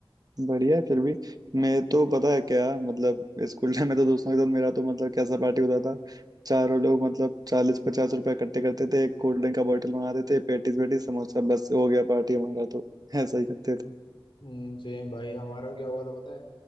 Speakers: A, on the right; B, on the left.
A: बढ़िया है फिर भी मैं तो पता है क्या मतलब स्कूल टाइम में तो दोस्तों के साथ मेरा तो मतलब कैसा पार्टी होता था चारों लोग मतलब चालीस पचास रुपए इकट्ठे करते थे एक कोल्ड ड्रिंक का बॉटल मंगाते थे पेटीज वेटीज समोसा बस हो गया पार्टी हमारा तो ऐसा ही करते थे
B: हम्म सेम भाई हमारा क्या हुआ था पता है